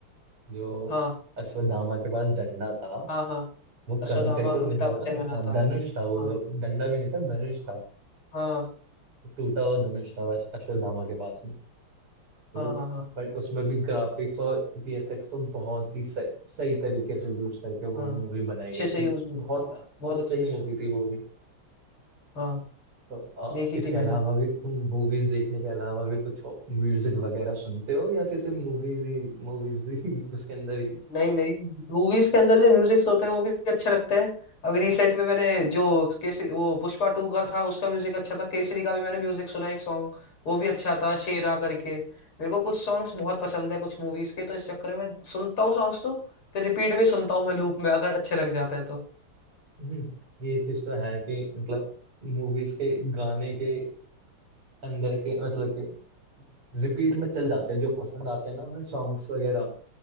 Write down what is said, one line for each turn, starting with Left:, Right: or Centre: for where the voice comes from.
Right: जो
Left: हाँ
Right: अश्वत्थामा के पास डंडा था
Left: हाँ हाँ
Right: वो
Left: अश्वत्थामा
Right: कर्ण का ही तो
Left: अमिताभ
Right: डंडा
Left: बच्चन
Right: था
Left: बना
Right: हाँ
Left: था
Right: धनुष था वो
Left: हाँ
Right: डंडा भी नहीं था धनुष था
Left: हाँ
Right: टूटा हुआ धनुष था अश्वत्थामा के पास में। वो
Left: हाँ हाँ हाँ
Right: बट उसमें भी ग्राफिक्स और वीएफएक्स तो बहुत ही सही, सही तरीके से यूज करके वो
Left: हाँ
Right: मूवी
Left: अच्छे
Right: बनाई गई
Left: से
Right: थी
Left: यूज भी हुआ
Right: बहुत
Left: था, बहुत
Right: बहुत
Left: अच्छे
Right: सही
Left: से
Right: मूवी थी वो भी
Left: हाँ
Right: तो अ,
Left: देखी
Right: इसके
Left: थी मैंने
Right: अलावा भी तुम मूवीज देखने के अलावा भी कुछ म्यूजिक वगैरह सुनते हो या फिर सिर्फ मूवीज ही मूवीज ही <laughs> उसके अंदर ही
Left: नहीं नहीं मूवीज के अंदर जो म्यूजिक्स होते हैं वो भी अच्छे लगते हैं अभी रिसेंट में मैंने जो केसरी वो पुष्पा टू का था उसका म्यूजिक अच्छा था केसरी का भी मैंने म्यूजिक सुना एक सॉन्ग वो भी अच्छा था शेरा करके मेरे को कुछ सॉन्ग्स बहुत पसंद है कुछ मूवीज के तो इस चक्कर में मैं सुनता हूँ सॉन्ग्स तो फिर रिपीट में सुनता हूँ मैं लूप में अगर अच्छे लग जाते हैं तो
Right: हम्म, ये चीज तो है कि मतलब मूवीज के गाने के अंदर के मतलब के रिपीट में चल जाते हैं जो पसंद आते हैं ना हमें सॉन्ग्स वगैरह